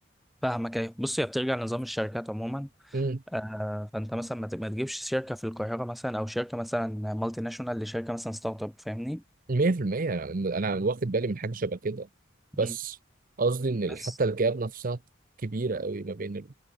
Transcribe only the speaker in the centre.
فاهمك ايوه بص هي بترجع لنظام الشركات عموما
آه فانت مثلا ما ت- ما تجيبش شركه في القاهره مثلا او شركه مثلا مالتي ناشونال لشركه مثلا ستارت اب فاهمني
مم.
بس